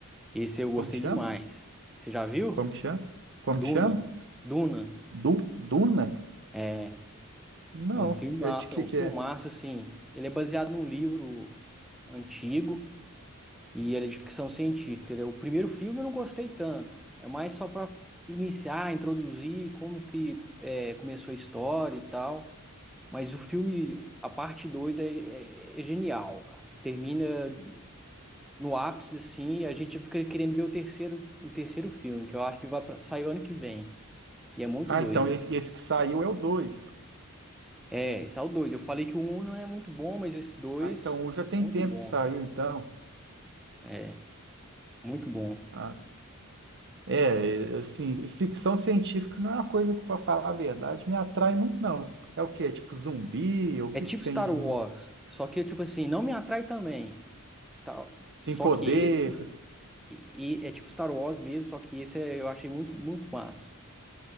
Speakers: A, in the centre; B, on the right (about 50°).
A: Esse eu gostei
B: como que chama?
A: demais. Você já viu?
B: Como que chama? Como
A: Duna.
B: que chama?
A: Duna.
B: Du, Duna?
A: É,
B: Não.
A: é um filme,
B: É de que
A: é um
B: que
A: filmaço,
B: é?
A: assim. Ele é baseado num livro antigo. E ele é de ficção científica. Ele é o primeiro filme eu não gostei tanto. É mais só para iniciar, introduzir como que é, começou a história e tal. Mas o filme, a parte 2 é, é- é genial, cara. Termina no ápice assim, e a gente fica querendo ver o terceiro, o terceiro filme, que eu acho que vai pra, sair o ano que vem. E é muito
B: Ah,
A: doido.
B: então, esse, esse que saiu é o 2.
A: É, esse é o 2. Eu falei que o um não é muito bom, mas esse 2
B: Ah, então, o já tem
A: muito
B: tempo
A: bom.
B: que saiu, então.
A: É, muito bom.
B: Ah, É, é, assim, ficção científica não é uma coisa que, para falar a verdade, me atrai muito, não. É o quê? É tipo zumbi? O
A: É
B: que
A: tipo
B: que tem
A: Star
B: aí?
A: Wars,
B: no-
A: só que tipo assim, não me atrai também. Star... Só
B: Tem poder?
A: que esse e, e é tipo Star Wars mesmo, só que esse é- eu achei muito, muito massa.